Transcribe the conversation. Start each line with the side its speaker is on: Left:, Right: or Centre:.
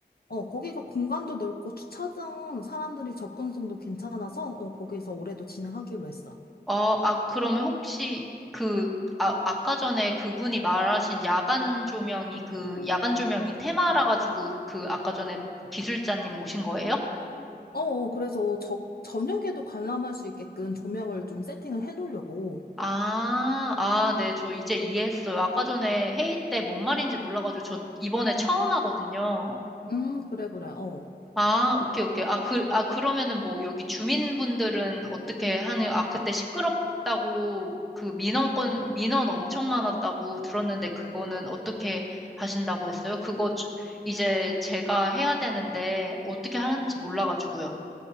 Left: 어, 거기가 공간도 넓고 주차장 사람들이 접근성도 괜찮아서 어, 거기서 올해도 진행하기로 했어.
Centre: 어, 아, 그러면 혹시 그, 아, 아까 전에 그분이 말하신 야간 조명이 그, 야간 조명이 테마라 가지고 그 아까 전에 기술자님 오신 거예요?
Left: 어, 어, 그래서 저, 저녁에도 관람할 수 있게끔 조명을 좀 세팅을 해놓으려고.
Centre: 아, 아, 네, 저 이제 이해했어요. 아까 전에 회의 때 뭔 말인지 몰라가지고 저 이번에 처음 하거든요.
Left: 음, 그래, 그래. 어.
Centre: 아, 오케이, 오케이. 아, 그, 아, 그러면은 뭐 여기 주민분들은 어떻게 하는, 아, 그때 시끄럽다고 그 민원 건, 민원 엄청 많았다고 들었는데 그거는 어떻게 하신다고 했어요? 그거 주- 이제 제가 해야 되는데 어떻게 하는지 몰라가지고요.